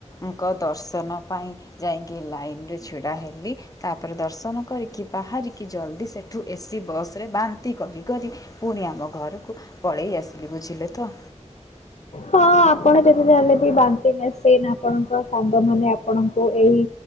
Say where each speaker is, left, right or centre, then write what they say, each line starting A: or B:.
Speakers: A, on the left; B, on the left.
A: ଙ୍କ ଦର୍ଶନ ପାଇଁ ଯାଇଁକି ଲାଇନ୍ ରେ ଛିଡା ହେଲି। ତାପରେ ଦର୍ଶନ କରିକି ବାହାରିକି ଜଲ୍ଦି ସେଠୁ ଏସି ବସ ରେ ବାନ୍ତି କରି କରି ପୁଣି ଆମ ଘରକୁ ପଳେଇ ଆସିଲି ବୁଝିଲେ ତ
B: ହଁ ଆପଣ ଯେତେ ଯାହା ହେଲେ ବି ବାନ୍ତି ମେସିନ ଆପଣଙ୍କ ସାଙ୍ଗମାନେ ଆପଣଙ୍କୁ ଏଇ